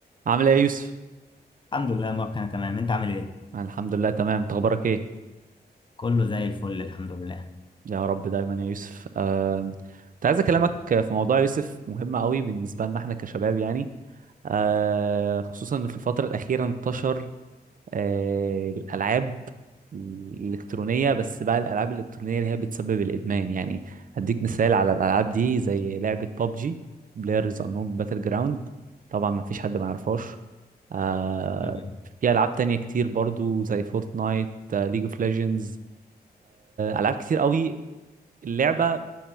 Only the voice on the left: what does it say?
الحمد لله يا مروان، انا تمام انت عامل ايه
كله زي الفل الحمد لله
مم.